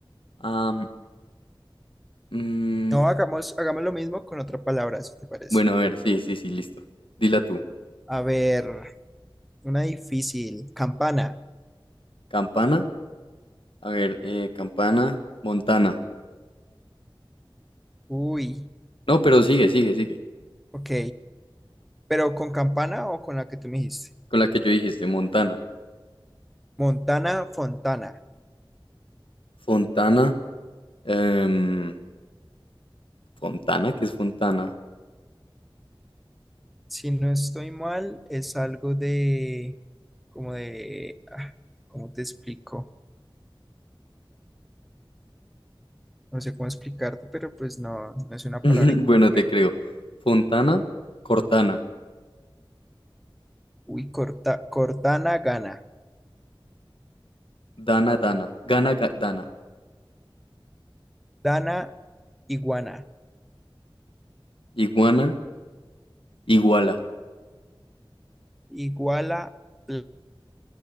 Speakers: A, on the left; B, in the centre.
A: Am, mm,
B: No, hagamos, hagamos lo mismo con otra palabra, si te parece.
A: bueno, a ver, sí, sí, sí, listo. Dila tú.
B: A ver, una difícil. Campana.
A: Campana, A ver, eh, Campana, Montana.
B: Uy,
A: No, pero sigue, sigue, sigue.
B: ok. pero con campana o con la que tú me dijiste.
A: Con la que yo dijiste, Montana.
B: Montana Fontana.
A: Fontana, em, Fontana, ¿qué es Fontana?
B: Si no estoy mal, es algo de, como de, ah, ¿cómo te explico? No sé cómo explicarte, pero pues no, no es una
A: <laughs>
B: palabra incorrecta.
A: Bueno, te creo. Fontana, Cortana,
B: Uy, corta, Cortana gana.
A: Dana, Dana, Gana, Ga- Dana,
B: Dana iguana.
A: Iguana, Iguala.
B: Iguala pl-